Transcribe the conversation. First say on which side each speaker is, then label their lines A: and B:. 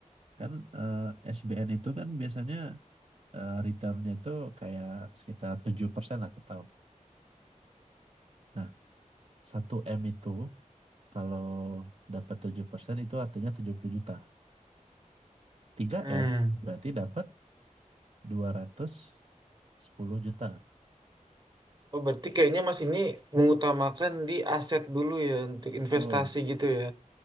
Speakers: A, on the right; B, on the right.
A: kan eh, SBN itu kan biasanya eh, returnnya itu kayak sekitar 7% lah per tahun. Nah, satu m itu kalau dapat 7% itu artinya 70 juta. Tiga
B: Hmm.
A: m berarti dapat dua ratus sepuluh juta.
B: Oh, berarti kayaknya Mas ini mengutamakan di aset dulu ya untuk
A: Betul.
B: investasi gitu ya.